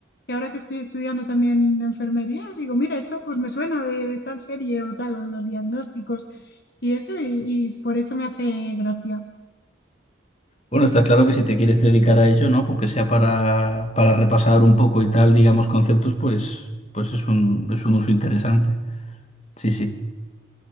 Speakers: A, on the left; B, on the left.
A: Que ahora que estoy estudiando también enfermería, digo, mira, esto pues me suena de tal serie o tal, o los diagnósticos y eso, y, y por eso me hace gracia.
B: Bueno, está claro que si te quieres dedicar a ello, ¿no? Porque sea para, para repasar un poco y tal, digamos, conceptos, pues, pues es un, es un uso interesante. Sí, sí.